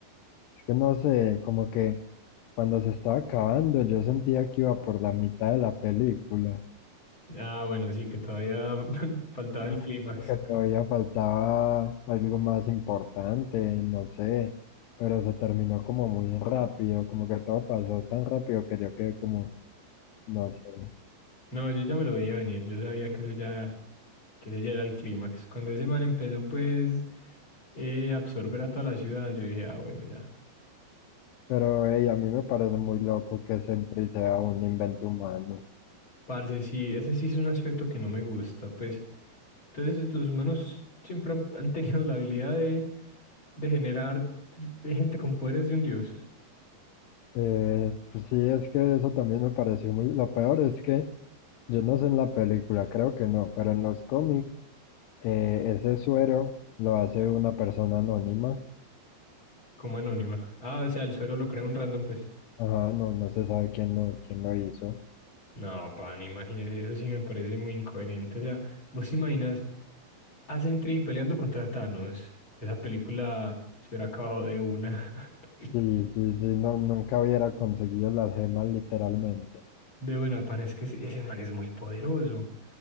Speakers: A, on the left (about 80°); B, on the left (about 35°).
A: Es que no sé, como que cuando se estaba acabando, yo sentía que iba por la mitad de la película.
B: Ah, bueno, sí, que todavía <laughs> faltaba
A: Ajá.
B: el clímax.
A: Que todavía faltaba algo más importante, no sé, pero se terminó como muy rápido, como que todo pasó tan rápido que yo quedé como, no sé.
B: No, yo ya me lo venía a venir. Yo sabía que eso ya. que ese ya era el clímax. Cuando ese man empezó pues eh, a absorber a toda la ciudad, yo dije, ah, bueno, ya.
A: Pero hey, a mí me parece muy loco que Sentry sea un invento humano.
B: Parce, sí, ese sí es un aspecto que no me gusta, pues. Entonces los humanos siempre han, han tenido la habilidad de, de generar gente con poderes de un dios,
A: Eh, pues sí, es que eso también me pareció muy... Lo peor es que yo no sé en la película, creo que no, pero en los cómics. Eh, ese suero lo hace una persona anónima.
B: como anónima. Ah, o sea, el suero lo crea un random, pues.
A: Ajá, no, no se sabe quién lo, quién lo hizo.
B: No, pana, imagínese, eso sí me parece muy incoherente. O sea, vos te imaginas a Sentry peleando contra Thanos. Esa película se hubiera acabado de una. <laughs>
A: Sí, sí, sí, no, nunca hubiera conseguido las gemas literalmente.
B: De buena, parece que ese ese man es muy poderoso.